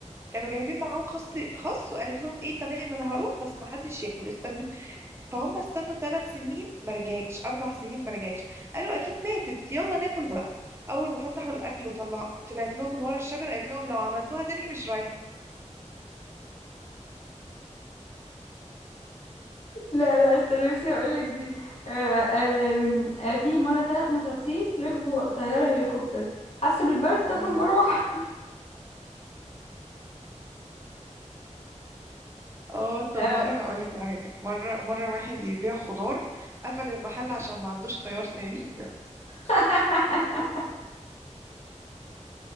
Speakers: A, on the right (about 20°); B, on the left (about 55°).
A: كانوا جايبين معاهم خص خص وقالت لهم ايه تمام انا هروح بس ما حدش ياكل استنوا فهم استنوا ثلاث سنين ما رجعتش اربع سنين ما رجعتش قالوا اكيد ماتت يلا ناكل بقى اول ما فتحوا الاكل وطلع طلعت لهم من ورا الشجره قالت لهم لو عملتوها تاني مش رايحه
B: لا لا استنى بس هقول لك دي آه، آه، آه، في مرة ثلاث مساطيل ركبوا طيارة هليكوبتر حس بالبرد
A: <laughs>
B: طفوا
A: مم.
B: المروحة
A: اه طب
B: آه.
A: مره هقول لك على حاجه مره مره واحد بيبيع خضار قفل المحل عشان ما عندوش خيار تاني <laughs>
B: <laughs>